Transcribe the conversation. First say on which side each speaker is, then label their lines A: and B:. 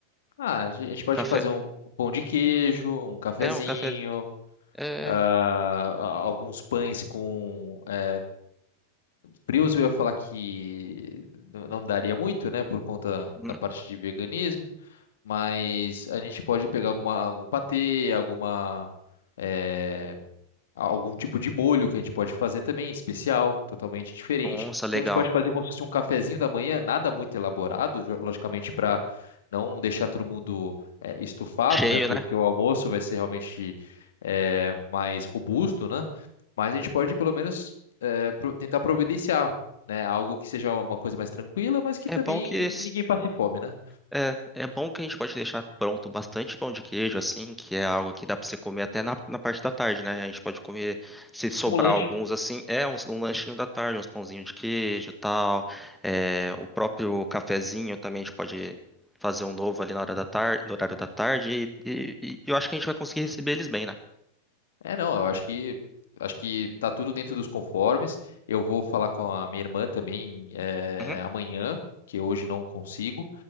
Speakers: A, on the left (about 60°); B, in the centre.
A: Ah, a gen- a gente pode
B: Café,
A: fazer um, um pão de queijo, um cafezinho,
B: é um café, é...
A: ah, a- alguns pães com eh, frios. Eu ia falar que n- não daria muito, né, por conta
B: hum,
A: da parte de veganismo, mas a gente pode pegar alguma, algum patê, alguma eh, algum tipo de molho que a gente pode fazer também, especial, totalmente diferente.
B: Nossa, legal.
A: Então a gente pode fazer como se fosse um cafezinho da manhã, nada muito elaborado, jo- logicamente para não deixar todo mundo eh, estufado,
B: Cheio,
A: né? pro-
B: né?
A: Porque o almoço vai ser realmente eh, mais robusto, né? Mas a gente pode pelo menos eh, pro- tentar providenciar, né? Algo que seja uma coisa mais tranquila, mas que
B: É
A: também
B: bom que esse-
A: ninguém passe fome, né?
B: é, é bom que a gente pode deixar pronto bastante pão de queijo, assim, que é algo que dá pra você comer até na, na parte da tarde, né? A gente pode comer, se sobrar
A: Como lanche.
B: alguns, assim, é um, um lanchinho da tarde, uns pãozinhos de queijo e tal. É, o próprio cafezinho também a gente pode fazer um novo ali na hora da tarde, no horário da tarde, e, e- e eu acho que a gente vai conseguir receber eles bem, né?
A: É, não, eu acho que acho que tá tudo dentro dos conformes. Eu vou falar com a minha irmã também eh,
B: Uhum.
A: amanhã, que hoje não consigo.